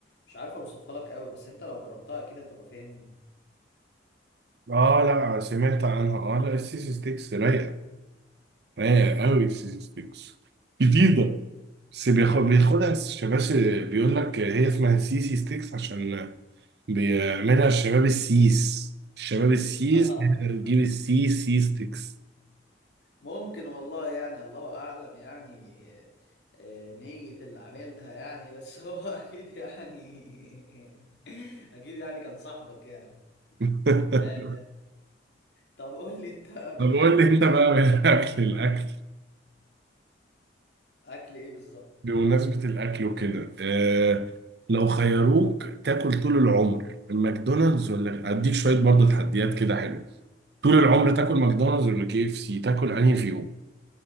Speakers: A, on the left; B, on the right.
A: مش عارف اوصفها لك قوي بس انت لو جربتها اكيد هتبقى فاهمني
B: اه لا سمعت عنها اه لا السيسي ستيكس رايقة رايق قوي سيستكس جديدة بس بياخد بياخدها الشباب بيقول لك هي اسمها سي سي ستيكس عشان بيعملها الشباب السيس الشباب السيس
A: <laughs>
B: هي اللي بتجيب السي سي ستيكس
A: ممكن والله يعني الله اعلم يعني آه، نية اللي عاملها يعني بس هو <laughs> اكيد يعني <laughs> اكيد يعني كان صاحبك يعني
B: <laughs>
A: آه، طب قول لي انت بتحب
B: طب قول
A: تتعلم
B: لي انت بقى من الاكل الاكل
A: اكل ايه بالظبط
B: بمناسبة الاكل وكده آه <laughs> لو خيروك تاكل طول العمر الماكدونالدز ولا اديك شوية برضه تحديات كده حلو طول العمر تاكل ماكدونالدز ولا كي اف سي تاكل انهي فيهم